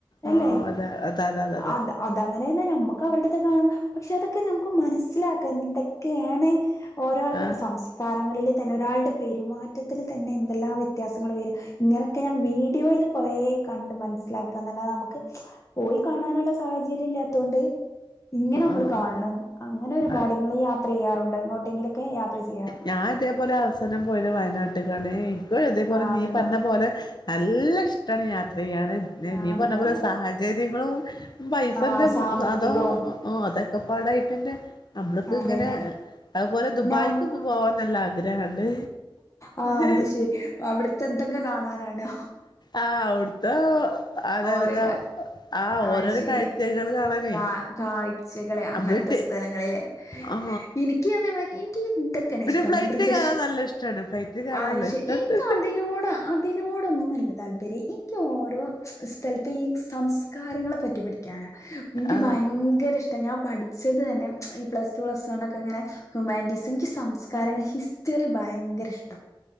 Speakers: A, on the left; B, on the left.
A: അല്ലെ
B: ആഹ് അതെ അതെ അതെ അതെ അതെ
A: അ അതങ്ങനെ തന്നെ ഞമ്മക്ക് ഒക്കെ അവരുടെ അടുത്ത് കാണും പക്ഷെ അതൊക്കെ നമുക്ക് മനസ്സിലാക്കാം എന്തൊക്കെയാണ് ഒരാൾത്
B: ആഹ്
A: സംസ്കാര ങ്ങളിൽ തന്നെ ഒരാളുടെ പെരുമാറ്റത്തിൽ തന്നെ എന്തെല്ലാം വ്യത്യാസങ്ങൾ വരും ഇങ്ങനൊക്കെ ഞാൻ വീഡിയോയിൽ കു കൊറേ കണ്ട് മനസ്സിലാക്കുക എന്നല്ലാത് നമുക്ക് പോയി കാണാനുള്ള സാഹചര്യം ഇല്ലാത്തോണ്ട് ഇങ്ങനെ നമ്മൾ
B: ആഹ്
A: കാണണം അങ്ങനെ ഒരുപാട്
B: ആഹ്
A: ഇങ്ങള് യാത്ര ചെയ്യാറുണ്ട് ഇങ്ങോട്ടെങ്കിലൊക്കെ യാത്ര ചെ
B: ഞാൻ ഇതേപോലെ അവസാനം പോയത് വയനാട്ട്ക്കാണ് എനിക്കു ഇതേപോലെ
A: ആഹ്
B: നീ
A: അത്
B: പറഞ്ഞ
A: തന്നെ
B: പോലെ നല്ല ഇഷ്ടാണ് യാത്ര ചെയ്യാന്
A: ആഹ്
B: നീ
A: അത്
B: പറഞ്ഞ
A: തന്നെ
B: പോലെ സാഹചര്യങ്ങളും പൈസന്റെ
A: ആഹ് സാമ്പത്തികവും
B: അതോ അതൊക്കെപാടായിട്ട്ന്നെ നമ്മള്ക്ക്
A: അതന്നെ
B: ഇങ്ങനെ അതുപോലെ ദുബായ്ക്കൊന്ന്
A: നമ്മ
B: പോവാൻ നല്ല ആഗ് ഗ്രഹം ഇണ്ട്
A: ആഹ്
B: ഹ്ഹ്
A: അത് ശരി അവിടുത്തെ എന്തൊക്കെ കാണാനാണ്
B: ആ അവിട്ത്തെ അതെ
A: ഓരോ
B: അതെ
A: കാ
B: ആ
A: അത്
B: ഓരോരോ
A: ശരി
B: കാഴ്ചകൾ കാണാനേ
A: കാ കാഴ്ചകള്
B: നമ്മള്
A: അങ്ങനത്തെ സ്ഥലങ്ങള് ലെ
B: ആ
A: എനിക്ക് അതെമാരി ഇ ക്കി ഇതൊക്കെയാണ്
B: പിന്നെ
A: ഇഷ്ടം
B: ഫ്ലൈറ്റ്
A: മൃഗശാ
B: കയറാൻ നല്ല ഇഷ്ടാണ് ഫ്ലൈറ്റ് കയറാൻ
A: ആ
B: നല്ല ഇഷ്ടാണ്
A: എനിക്ക് അതിനോട് അതിനോ നൊടൊന്നുംല്ല താല്പര്യം എനിക്ക് ഓരോ സ്ഥലത്തെ ഈ സംസ്കാരങ്ങളെ പറ്റി പഠി ക്കാനാ എനിക്ക്
B: ആ
A: ഭയങ്കര ഇഷ്ട ഞാൻ പഠിച്ചത് തന്നെ ഈ പ്ലസ്‌ ടു പ്ലസ്‌ വൺ ഒക്കെ ഇങ്ങനെ ഹു ഹ്യൂമൻറ്റിസ് സംസ്കാരങ്ങൾ ഹിസ്റ്ററി ഭയങ്കര ഇഷ്